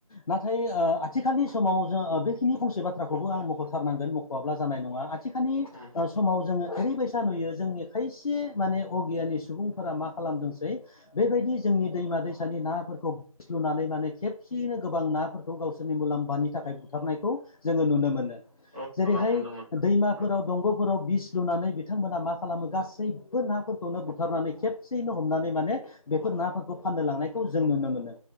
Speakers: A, on the left; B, on the left.
A: नाथाय आथिखालनि समाव जों बेखिनि फंसे बाथ्राखौबो आं मख'थारनांगोन मख'आब्ला जानाय नङा आथि खालनि
B: उम
A: समाव जोङो ओरैबायसा नुयो जोंनि खायसे माने अगियानि सुबुंफोरा मा खालामदोंसै बेबायदि जोंनि दैमा दैसानि नाफोरखौ बिस लुनानै माने खेबसेयैनो गोबां नाफोरखौ गावसोरनि मुलाम्फानि थाखाय बुथारनायखौ जोङो नुनो मोनो
B: औ
A: जेरैहाय
B: गोबां नुनो मोनो बेफोरखौ
A: दैमाफोराव दंग'फोराव बिस लुनानै बिथांमोना मा खालामो गासैबो नाफोरखौनो बुथारनानै खेबसेयैनो हमनानै माने बेफोर नाफोरखौ फाननो लांनायखौ जों नुनो मोनो